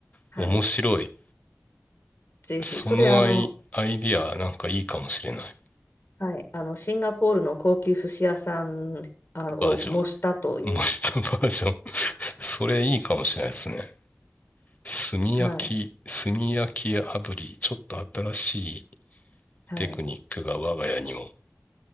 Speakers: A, on the left; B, on the left.
A: はい、
B: 面白い。
A: ぜひ、
B: そのアイ、
A: それあの、
B: アイディアなんかいいかもしれない。
A: はい、あのシンガポールの高級寿司屋さんあのを模したという、
B: バージョン。模したバージョン。<laughs> それいいかもしれないですね。炭焼き、
A: はい、
B: 炭焼き炙り、ちょっと新しい
A: はい、
B: テクニックが我が家にも